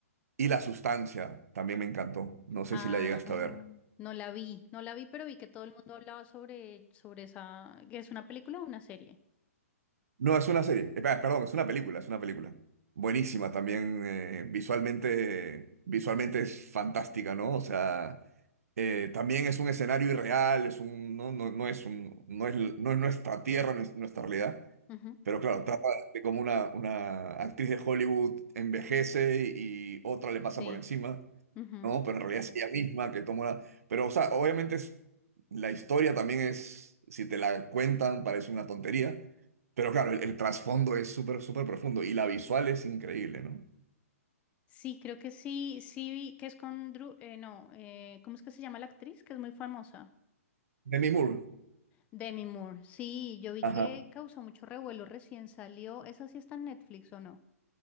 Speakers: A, on the right; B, on the left.
A: y La Sustancia también me encantó. No sé
B: Ah,
A: si la llegaste a ver.
B: no la vi, no la vi, pero vi que todo el mundo hablaba sobre, sobre esa, que es una película o una serie.
A: No, es una serie. Eh, pe- Perdón, es una película, es una película. Buenísima también. eh, visualmente, visualmente es fantástica, ¿no? O sea, eh, también es un escenario irreal, es un, no, no, no es un, no es, no es nuestra tierra, no es nuestra realidad.
B: Ujú.
A: Pero claro, trata de cómo una, una actriz de Hollywood envejece y otra le pasa
B: Sí.
A: por encima.
B: Ujú.
A: No, pero en realidad es ella misma que tomó la... Pero, o sea, obviamente es- la historia también es, si te la cuentan, parece una tontería, pero claro, el, el trasfondo es súper, súper profundo y la visual es increíble, ¿no?
B: Sí, creo que sí, sí vi que es con Drew, eh, no, eh, ¿cómo es que se llama la actriz? Que es muy famosa.
A: Demi Moore.
B: Demi Moore. Sí, yo vi
A: Ajá.
B: que causó mucho revuelo, recién salió. ¿Esa sí está en Netflix o no?